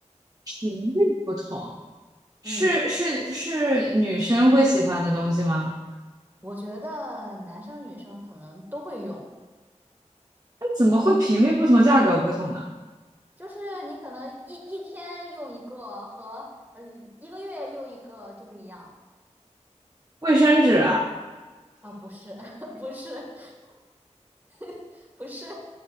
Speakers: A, on the right; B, on the right.
A: 频率不同，是是是女生会喜欢的东西吗？
B: 嗯，我觉得男生女生可能都会用，
A: 那怎么会频率不同，价格不同呢？
B: 就是你可能一一天用一个和呃一个月用一个就不一样
A: 卫生纸啊？
B: 啊，不是，<laughs> 不是，<laughs> 不是。